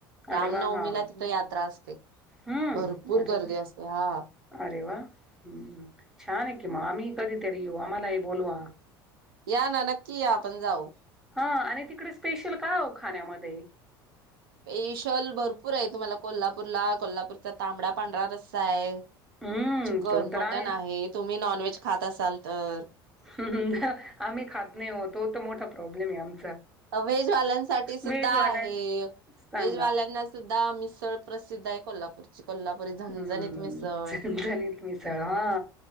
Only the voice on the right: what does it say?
रामनवमीला
तिथे यात्रा असते.
भरपूर
गर्दी
असते हा.
या ना नक्की या आपण जाऊ
स्पेशल भरपूर आहे तुम्हाला कोल्हापूरला, कोल्हापूरचा, तांबडा पांढरा रस्सा आहे.
चिकन,
मटन,
आहे तुम्ही नॉनव्हेज. खात असाल तर.
वेजवाल्यांसाठी सुद्धा
आहे,
वेजवाल्यांना सुद्. दा मिसळ, प्रसिद्ध आहे कोल्हापूरची. कोल्हापुरी झणझणीत
मिसळ